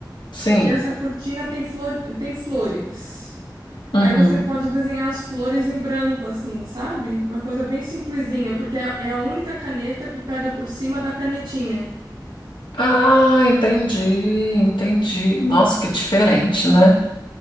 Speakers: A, on the left; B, on the right.
A: Sim.
B: E essa cortina tem flor, tem flores.
A: Uhum.
B: Aí você pode desenhar as flores em branco, assim, sabe? Uma coisa bem simplesinha, porque é é a única caneta que pega por cima da canetinha.
A: Ah, entendi, entendi. Nossa, que diferente, né?